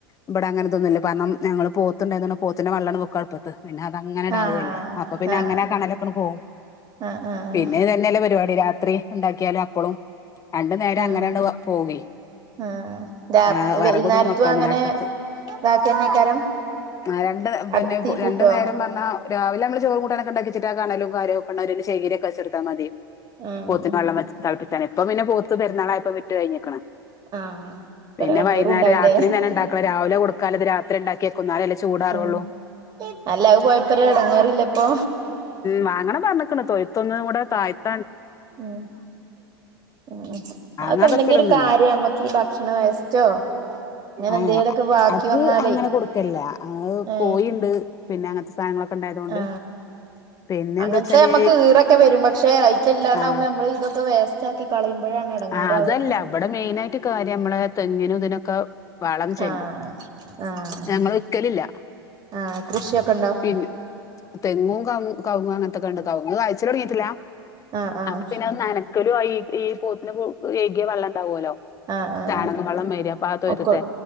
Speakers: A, on the left; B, on the right.
A: ഇബിടെ അങ്ങനത്തെ ഒന്നൂല്യ പ നമ് ഞങ്ങൾ പോത്ത്ണ്ടായതോണ്ട് പോത്തിന്റെ വെള്ളം ആണ്ട് വെക്കും അടുപ്പത്ത് പിന്നെ അതങ്ങനെ ഇടാവല്ലേ
B: ആഹ്
A: അപ്പൊ പിന്നെ
B: ആഹ്
A: അങ്ങനെ കണലൊക്കെങ്ങ് പോകും
B: ആഹ് ആഹ്
A: പിന്നെ ഇത്ഞ്ഞല്ലേ പ കറി രാത്രി ഉണ്ടാക്ക ണ്ടാക്കിയാൽ അപ്പളും രണ്ടു നേരം
B: ആഹ്
A: അങ്ങനെണ്ട് പോകേ
B: ആഹ് രാ
A: ഹേ വിറകൊന്നും
B: വൈകുന്നേരത്തും
A: വെക്ക
B: അങ്ങനെ
A: പിന്നെ അട്ടത്ത്
B: ഇതാക്കന്നെക്കാരം
A: ആ രണ്ട് പിന്നെ
B: അടുപ്പത്തീ പൂട്ടുവോ
A: രണ്ട് നേരം വന്ന രാവിലെ നമ്മള് ചോറും കൂട്ടാനും ഒക്കെ ഉണ്ടാക്കിവെച്ചിട്ട് ആ കണലും കാര്യവും ഒക്കെ ഉണ്ടായിട്ട് അയിൽ ചകിരി ഒക്കെ വെച്ച് കൊടുത്താമതി
B: ആഹ്
A: പോത്തിന് വെള്ളം വെച്ച് തള ഇപ്പ പിന്നെ പോത്ത് പെരുന്നാളായപ്പോ വിറ്റ് കഴിഞ്ഞക്ക്ണ്
B: ആഹ്
A: പിന്നെ
B: ഒരു എടങ്ങേറും
A: വൈകുന്നേരം
B: ഉണ്ടാവൂലേ
A: രാത്രി തന്നെ ഉണ്ടാക്കുള്ള രാവിലെ കൊടുക്കാലത് രാത്രി ഉണ്ടാക്കിയക്കും എന്നാലല്ലേ ചൂടാറുള്ളൂ
B: ഉം അല്ല അത് പോയപ്പോ ഒരു എടങ്ങേറില്ല ഇപ്പൊ
A: മ് അങ്ങനെപറഞക്ണ് തൊ ഴുത്ത് ഒന്ന് നമ്മുടെ തായ <unintelligible>
B: മ് മ്
A: വാങ്ങാതൊക്കലൊന്നുമില്ല
B: അതൊക്കെ ഉണ്ടെങ്കി ഒരു കാര്യം നമ്മക്ക് ഈ ഭക്ഷണ വേസ്‌റ്റോ ഇങ്ങനെ
A: ആ
B: എന്തേലൊക്കെ ബാക്കി
A: അത്
B: വന്നാല്
A: അങ്ങനെ കൊടുക്കലില്ല അത്
B: ഹേ
A: കോഴിയുണ്ട് പിന്നെ അങ്ങനത്തെ സാധനങ്ങളൊക്കെ ഉണ്ടായതുകൊണ്ട്
B: ആ
A: പിന്നെ
B: അങ്ങനത്തെ
A: എന്താ വെച്ചാല്
B: നമ്മുക്ക് ഈറൊക്കെ വരും പക്ഷെ ആയിട്ടല്ലാണ്ടാവുമ്പോ
A: ആ
B: നമ്മള് ഇതൊക്കെ വേസ്റ്റ് ആക്കി കളയുമ്പോഴാണ് ഇടങ്ങാറാവാ
A: ആഹ് അതല്ല ഇവിടെ മെയിനായിട്ട് കാര്യം നമ്മളെ തെങ്ങിനും ഇതിനൊക്കെ വളം ചെല്ലും
B: ആഹ് ആഹ്
A: ഞങ്ങള് വിക്കലില്ല
B: ആഹ് കൃഷിയൊക്കെ ഉണ്ടോ
A: പിന്നെ തെങ്ങും ക കവുങ്ങ് അങ്ങൻതെക്കോ ഉണ്ട് കവുങ്ങ് കായ്ച്ചല് തുടങ്ങീട്ടില്ല
B: ആഹ് ആഹ്
A: അപ്പ പിന്നെ നനക്കലും ആയി ഈ പോത്തിന് കു കൈകിയ വെള്ളം ഉണ്ടാവോലോ
B: ആഹ് ആഹ്
A: ചാണക വെള്ളം മാരി അപ്പൊ ആ തൊയുത്ത്ത്തെ
B: ഒക്കെ